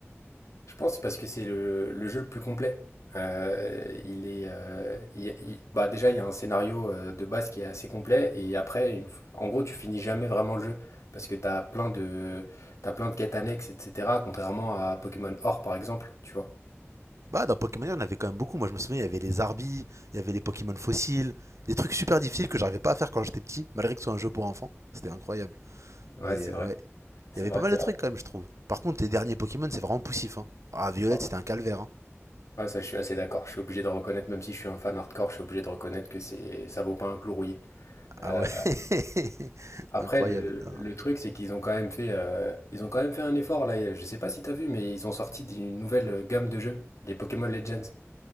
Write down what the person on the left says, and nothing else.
Je pense parce que c'est le, le jeu le plus complet. Euh, il est, euh, il y a- il- bah déjà, il y a un scénario euh, de base qui est assez complet et après, une f- en gros, tu finis jamais vraiment le jeu parce que tu as plein de, t'as plein de quêtes annexes, etc. Contrairement à Pokémon Or, par exemple, tu vois.
Ouais,
c'est
vrai.
C'est
vrai,
c'est
vrai.
Ouais,
Ouais, ça, je suis assez d'accord. Je suis obligé de reconnaître, même si je suis un fan hardcore, je suis obligé de reconnaître que c'est, ça vaut pas un clou rouillé.
Euh,
Après,
le,
le truc, c'est qu'ils ont quand même fait, euh, ils ont quand même fait un effort là. Je sais pas si t'as vu, mais ils ont sorti d'une nouvelle gamme de jeux, les Pokémon Legends.